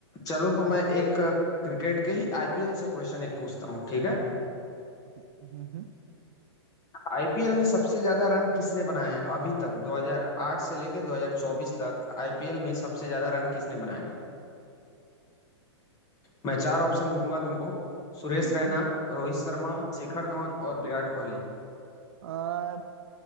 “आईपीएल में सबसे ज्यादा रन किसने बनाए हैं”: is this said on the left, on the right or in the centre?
Left